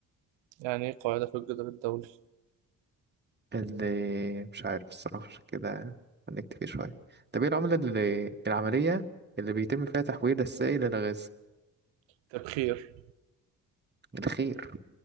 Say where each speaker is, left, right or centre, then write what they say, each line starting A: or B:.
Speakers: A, on the right; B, on the right.
A: يعني ايه قاعدة في الجدول الدولي
B: اللي مش عارف الصراحة عشان كده هنكتفي شوية طب ايه العملة اللي العملية اللي بيتم فيها تحويل السائل إلى غاز
A: تبخير
B: الخير